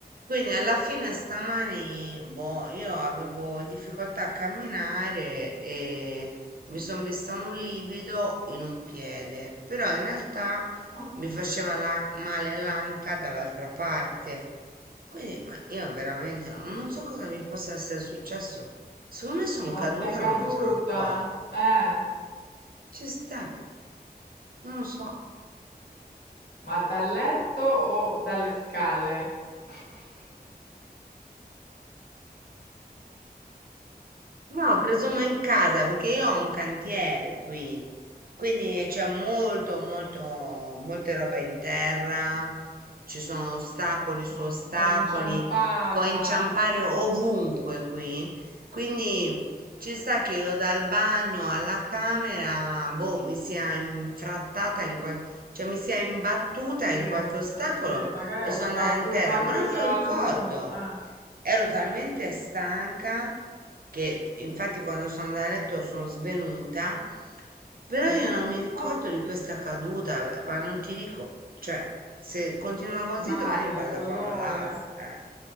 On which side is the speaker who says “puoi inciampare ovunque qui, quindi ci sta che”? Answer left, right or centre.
Right